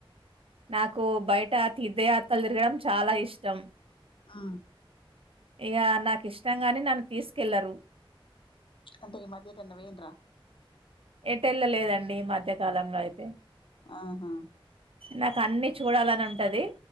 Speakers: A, on the right; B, on the left.
A: నాకు బయట తీర్థయాత్రలు తిరగడం చాలా ఇష్టం
B: ఆ
A: ఇక నాకు ఇష్టంగాని, నన్ను తీసుకెళ్లరు.
B: అంటే ఈ మధ్య ఎటన్న పోయిండ్రా
A: ఎటుళ్ళలేదండి ఈ మధ్య కాలంలో అయితే.
B: ఆహా!
A: నాకు అన్నీ చూడాలని ఉంటది.